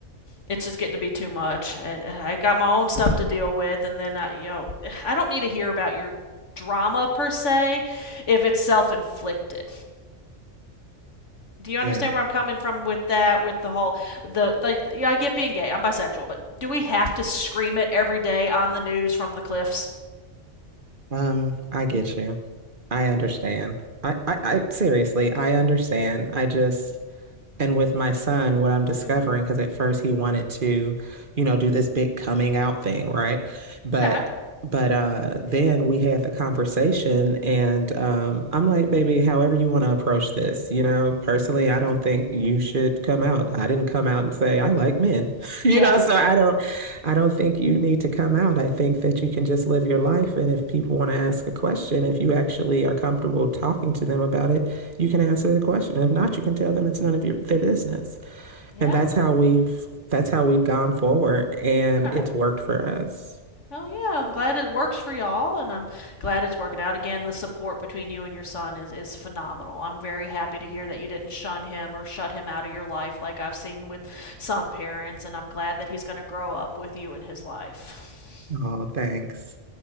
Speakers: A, on the left; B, on the right.
A: It's just getting to be too much. I, I got my own stuff to deal with, and then I, you know, I don't need to hear about your drama per se if it's self-inflicted Do you understand
B: Yeah.
A: where I'm coming from with that? With the whole, the like, you know, I get being gay. I'm bisexual, but do we have to scream it every day on the news from the cliffs?
B: Um, I get you. I understand. I, I, I seriously, I understand. I just And with my son, what I'm discovering,
A: Mm-hmm.
B: because at first he wanted to, you know, do this big coming out thing, right? But
A: Okay.
B: but uh then we had the conversation and um I'm like, baby, however you want to approach this, you know, personally, I
A: Okay.
B: don't think you should come out. I didn't come out and say I like men. <laughs> You
A: Yeah.
B: know, so I don't I don't think you need to come out. I think that you can just live your life and if people want to ask a question, if you actually are comfortable talking to them about it, you can answer the question. If not, you can tell them it's none of your, their business.
A: Yeah.
B: And that's how we've that's how we've gone forward, and
A: Okay.
B: it's worked for us.
A: Well, yeah. I'm glad it works for y'all, and I'm glad it's working out. Again, the support between you and your son is is phenomenal. I'm very happy to hear that you didn't shun him or shut him out of your life like I've seen with some parents, and I'm glad that he's going to grow up with you in his life.
B: Oh, thanks.